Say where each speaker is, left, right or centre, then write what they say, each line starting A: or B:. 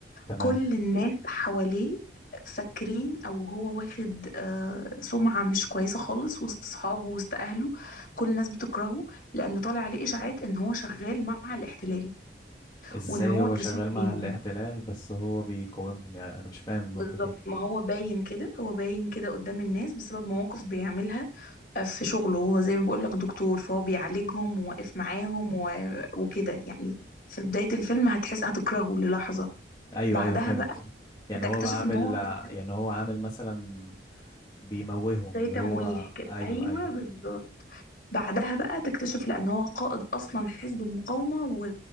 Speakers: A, on the left; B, on the left.
A: تمام
B: كل الناس حواليه فاكرين او هو واخد آه سمعة مش كويسة خالص وسط اصحابه وسط اهله كل الناس بتكرهه لان طالع عليه اشاعات ان هو شغال مع الاحتلال
A: ازاي
B: وان هو
A: هو
B: الجاسوس
A: شغال مع
B: ليهم
A: الاحتلال بس هو بيقاومهم يعني انا مش فاهم النقطة
B: بالظبط
A: دي
B: ما هو باين كده هو باين كده قدام الناس بسبب مواقف بيعملها في شغله وهو زي ما بقول لك دكتور فهو بيعالجهم وواقف معاهم و... وكده يعني في بداية الفيلم هتحس هتكرهه للحظة
A: ايوه
B: بعدها
A: ايوه فهمت
B: بقى
A: يعني
B: هتكتشف
A: هو عامل
B: ان هو في السجن
A: يعني هو عامل مثلا بيموههم
B: زي
A: اللي
B: تمويه
A: هو
B: كده
A: ايوه
B: ايوه
A: ايوه
B: بالظبط بعدها بقى تكتشف لأن هو قائد أصلا حزب مقاومة